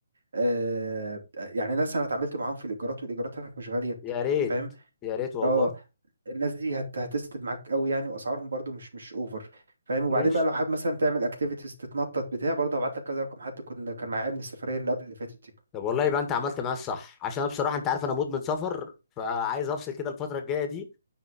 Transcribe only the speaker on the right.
آه يعني ناس انا اتعاملت معاهم في الايجارات والايجارات هناك مش غاليه
فاهم
اه الناس دي هت هتسند معاك قوي يعني واسعارهم برضو مش مش اوفر فاهم وبعدين
بقى لو حابب مثلا تعمل اكتيفيتيز تتنطط بتاع برضه هبعت لك كذا رقم حد كنا كان معايا من السفريه اللي قبل اللي فاتت دي